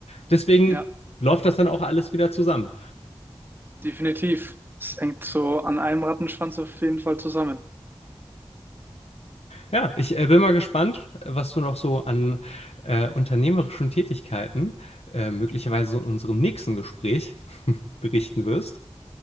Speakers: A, on the left; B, on the right.
A: Deswegen
B: Ja.
A: läuft das dann auch alles wieder zusammen.
B: Definitiv. Es hängt so an einem Rattenschwanz auf jeden Fall zusammen.
A: Ja, ich äh, bin mal gespannt, was du noch so an äh, unternehmerischen Tätigkeiten äh, möglicherweise so in unserem nächsten Gespräch <laughs> berichten wirst.